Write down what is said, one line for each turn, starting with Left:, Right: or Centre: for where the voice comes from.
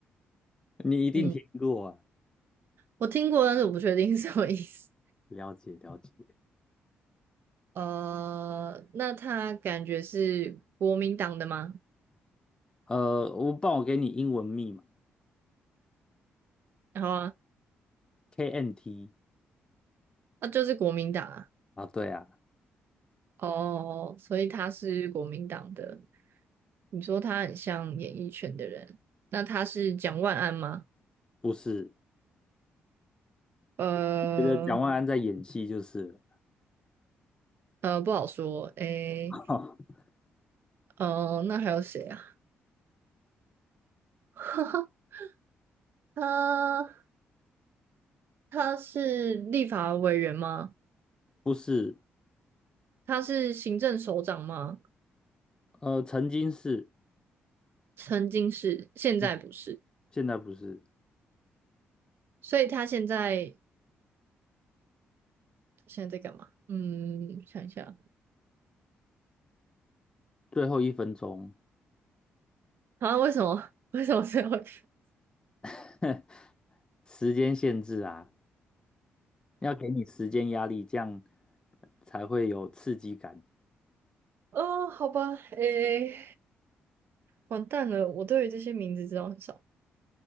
Left: <laughs> 你一定听过啊。
Right: 嗯，我听过，但是我不确定是什么意思。
Left: 了解了解，
Right: 呃，那他感觉是国民党的吗？
Left: 呃，我帮我给你英文密码
Right: 好啊，
Left: KNT
Right: 那就是国民党啊。
Left: 啊，对啊，
Right: 哦，所以他是国民党的。你说他很像演艺圈的人，那他是蒋万安吗？
Left: 不是，
Right: 呃
Left: 觉得蒋万安在演戏就是
Right: 呃，不好说。诶，
Left: 了，<laughs>
Right: 呃，那还有谁啊？<laughs> 他他是立法委员吗？
Left: 不是，
Right: 他是行政首长吗？
Left: 呃，曾经是，
Right: 曾经是，现在不是。
Left: 嗯，现在不是，
Right: 所以他现在他现在在干嘛？嗯，想一下
Left: 最后一分钟，
Right: 啊，为什么 <laughs> 为什么最后一个？
Left: <laughs> 时间限制啊，要给你时间压力，这样才会有刺激感。
Right: 哦，好吧，诶。完蛋了，我对于这些名字知道很少。